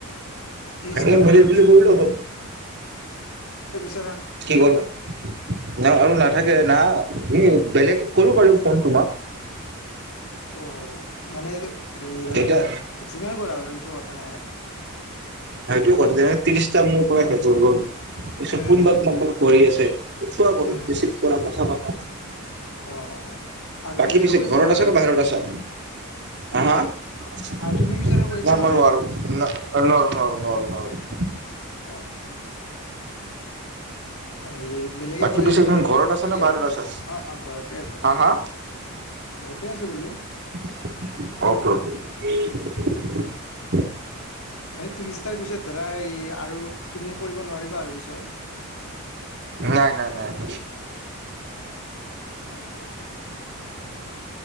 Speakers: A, on the left; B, on the right.
A: ত্ৰিছটা
B: সেনেকে মিলি
A: কৰাৰ
B: জুলি
A: পিছত
B: কৰিলেও হ'ল
A: <unintelligible>
B: <unintelligible> না বেলেগ কৰিব পাৰো ফোন তোমাক
A: অ মানে এই
B: এতিয়া
A: যিমান কৰা আৰুল এইটো কথা নাই
B: হেয়টো ক তেনেক ত্ৰিশটা মোৰ পৰা শেষ হৈ গ'ল তাৰপিছত
A: উম
B: কোনোবা
A: উম
B: তোমাক কৰি আছে। খোৱা কৰ
A: উম
B: বেছি খোৱা কথা পাত
A: অ অ আৰু
B: বাকী
A: তুমি
B: পিছে
A: আৰু কৰিব
B: ঘৰত
A: নোৱাৰা
B: আছা
A: আৰু
B: ন বাহিৰত আছা হা হা ন
A: আৰু তুমি বিচাৰ কৰিব নোৱাৰা
B: মাৰ
A: সেইটো
B: আৰুাৰ ন ন আৰু নাৰ নোৱাৰাৰ নোৱাৰ
A: <unintelligible> এই বেলেগে
B: বাকী
A: কৰিলে
B: পিছে
A: ধৰা
B: তুমি
A: সেইটো
B: ঘৰত
A: কৰিব
B: আছা
A: পাৰি
B: নে বাহিৰত
A: আৰু
B: আছা
A: অ অ ঘৰতে আছো
B: হা হা
A: ঘৰতে আছে বোলো
B: <unintelligible>
A: মানে ত্ৰিশটাৰ পিছত ধৰা এই আৰু তুমি কৰিব নোৱাৰিবা আৰু পিছত
B: নাই নাই নাই ন
A: আৰু